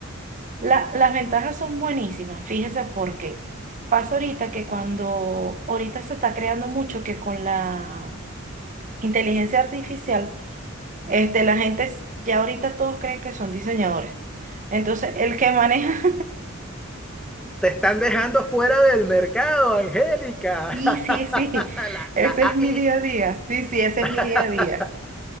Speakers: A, on the right (about 40°); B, in the centre.
A: La- las ventajas son buenísimas, fíjese por qué. Pasa ahorita que cuando ahorita se está creando mucho que con la inteligencia artificial Este, la gente s- ya ahorita todos creen que son diseñadores. Entonces, el que maneja,
B: Te están
A: <laughs>
B: dejando fuera del mercado, Angélica.
A: sí,
B: <laughs>
A: sí, sí,
B: La,
A: ese
B: la AI.
A: es mi día a día. Sí, sí, ese es
B: <laughs>
A: mi día a día.